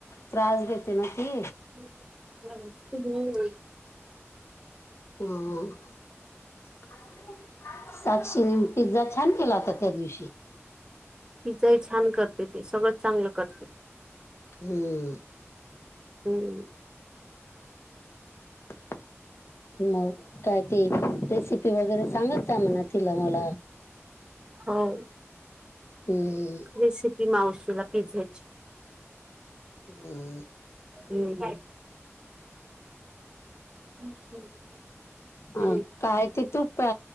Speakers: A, on the left; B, on the right.
A: त्रास देते ना ती.
B: <unintelligible> हम्म हम्म.
A: हा हा साक्षी नी पिझ्झा छान केला होता त्या दिवशी.
B: पिज्जाई छान करते ती सगळंच चांगलं करते.
A: हंम्म.
B: हम्म.
A: <inaudible> मग काय ते रेसिपी वगैरे सांगत जा म्हणा तिला मला.
B: होव
A: हम्म
B: रेसिपी मावशीला पिझ्झ्याची.
A: अं.
B: हम्म. असं हम्म.
A: अ काय ते तूप अ